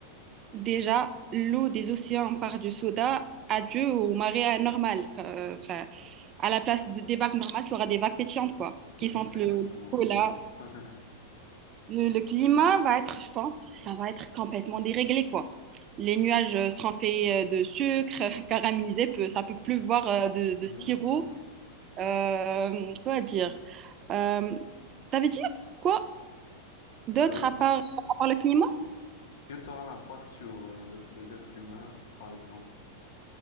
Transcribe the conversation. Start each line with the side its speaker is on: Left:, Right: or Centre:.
Right: Déjà, l'eau des océans part du soda. Adieu au marais anormal. Enfin, à la place de, des vagues normales, tu auras des vagues pétillantes, quoi, qui
Left: Hmm,
Right: sentent
Left: C'est
Right: le
Left: exactement
Right: cola.
Left: ça. <laughs>
Right: Le, le climat va être, je pense, ça va être complètement déréglé, quoi. Les nuages euh, seront faits euh, de sucre <laughs> euh, caramélisé, peut, ça peut pleuvoir euh, de, de
Left: Mhm.
Right: sirop. Euh, quoi dire? Euh, t'avais dit quoi d'autre
Left: Euh,
Right: à part, à part le climat?
Left: quel sera l'impact sur euh, les êtres humains, par exemple?